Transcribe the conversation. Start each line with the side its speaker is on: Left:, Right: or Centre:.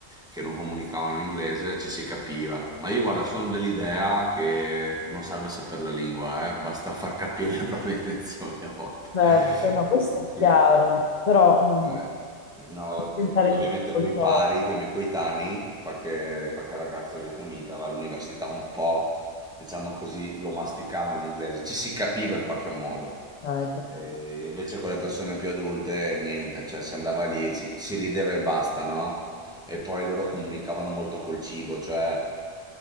Centre: che non comunicavano in inglese, ci si capiva. Ma io, guarda, sono dell'idea che non serve sapere la lingua, eh, basta far capire le proprie intenzioni a volte.
Left: Certo,
Centre: <laughs>
Left: no,
Centre: Qui-
Left: questo è
Centre: qui-
Left: chiaro, però mm,
Centre: eh, No,
Left: posso diventare
Centre: eh, ovviamente
Left: difficoltoso.
Centre: coi pari, coi miei coetanei, qualche, qualche ragazzo vietnamita va all'università un po', diciamo così, lo masticavano l'inglese, ci si capiva in qualche modo.
Left: Ok, perfetto.
Centre: E invece con le persone più adulte, niente, cioè si andava lì, ci- si rideva e basta, no? E poi loro comunicavano molto col cibo, cioè